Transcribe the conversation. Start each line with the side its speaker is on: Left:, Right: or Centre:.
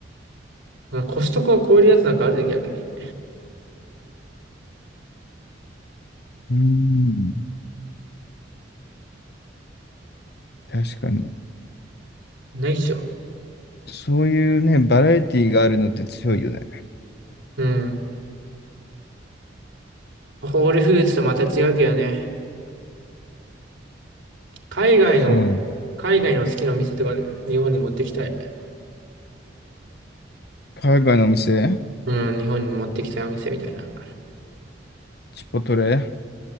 Right: まあコストコを超えるやつなんかあるで、逆に。
Left: うん。確かに。
Right: ないっしょ。
Left: そういうね、バラエティがあるのって強いよね。
Right: うん。ホールフーズとまた違うけどね。海外の、
Left: そうだ。
Right: 海外の好きなお店とかある日本に持ってきたい。
Left: 海外のお店
Right: うん、日本に持ってきたいお店みたいな。
Left: チポトレ